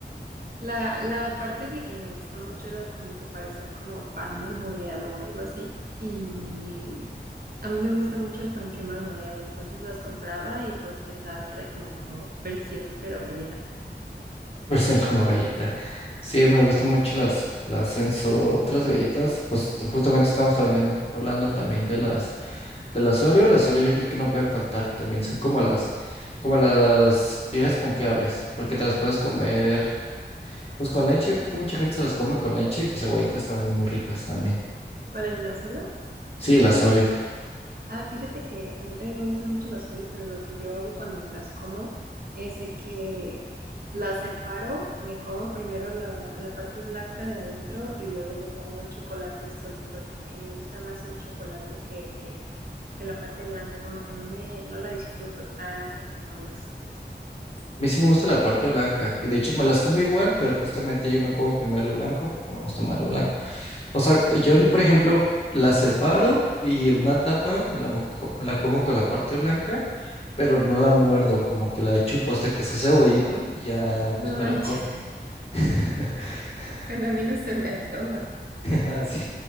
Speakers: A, on the right; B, on the left.
A: La, la parte de que me gustó mucho era de como que parecía como pan marmoleado o algo así. Y a mí me gusta mucho el panqué marmoleado, entonces las compraba y pues pensaba que era como versión, pero galleta.
B: Versión como galleta. Sí, me gustan mucho las, las Enzo, otras galletas. Pues justamente estamos hablando, hablando también de las Del Asorio, el Asorio yo creo que no pueden faltar. También son como las, como las viejas confiables, porque te las puedes comer pues con leche. Yo creo que mucha gente se las come con leche y pues cebollitas también muy ricas también.
A: ¿Cuál es la Oreo?
B: Sí, el Asorio.
A: Ah, fíjate que a mí también me gustan mucho las Oreo, pero lo que yo hago cuando me las como es de que las separo, me como primero la, la parte blanca de adentro y luego me como el chocolate solito porque me gusta más el chocolate que que la parte blanca como que no me, no la disfruto tanto como los otros.
B: A mí sí me gusta la parte blanca. Y de hecho me las como igual, pero justamente yo me como primero lo blanco porque me gusta más lo blanco. O sea, yo por ejemplo la separo y una tapa me la, mo- co- me la como con la parte blanca, pero no la muerdo, como que la chupo hasta que se hace cebollito y ya
A: No
B: pues me
A: manches.
B: la como.
A: <laughs>
B: <laughs>
A: Bueno, a mí no se me antoja.
B: Así,